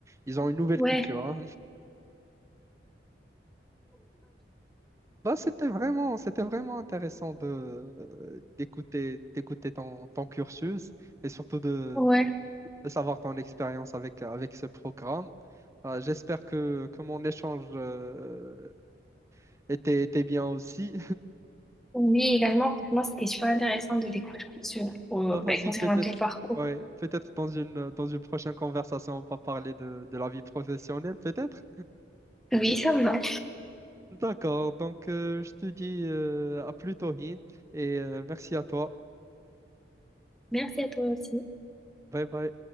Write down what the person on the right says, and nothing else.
ils ont une nouvelle
culture. hein. Bah, c'était vraiment c'était vraiment intéressant de euh, d'écouter d'écouter ton, ton cursus et surtout de,
de, de savoir ton expérience avec avec ce programme. Euh, j'espère que que mon échange euh, était était bien aussi.
Bah, vas-y,
peut-être.
Ouais, peut-être dans une, dans une prochaine conversation, on va parler de, de la vie professionnelle, peut-être.
D'accord, donc euh, je te dis euh, à plus tôt, Hind, et euh, merci à toi.
Bye bye.